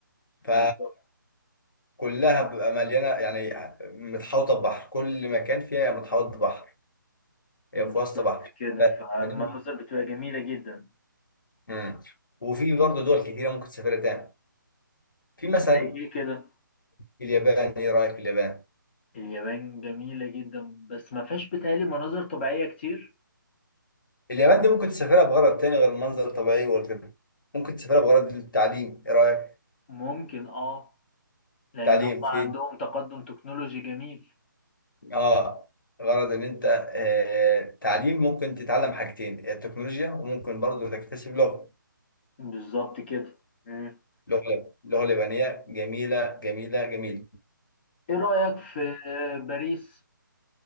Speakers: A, on the left (about 30°); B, on the left (about 70°).
A: بالظبط
B: ف كلها بيبقى مليانه يعني متحوطه ببحر كل مكان فيها متحوط ببحر هي
A: بالظبط
B: في وسط بحر
A: كده
B: ف...
A: فالمناظر
B: فدي
A: بتبقى جميلة جدا
B: مم. وفي برضه دول كتيره ممكن تسافرها تاني في مثلا
A: زي إيه كده
B: اليابان ايه رايك في اليابان؟
A: اليابان جميلة جدا بس ما فيهاش بتهيألي مناظر طبيعية كتير
B: اليابان دي ممكن تسافرها بغرض تاني غير المنظر الطبيعي والكده ممكن تسافرها بغرض التعليم ايه رايك؟
A: ممكن آه لأن
B: تعليم
A: هم عندهم
B: في
A: تقدم تكنولوجي جميل
B: اه غرض ان انت آه... تعليم ممكن تتعلم حاجتين التكنولوجيا وممكن برضه تكتسب لغه
A: بالظبط كده مم.
B: لغه لغه اليابانيه جميله جميله جميله
A: إيه رأيك في باريس؟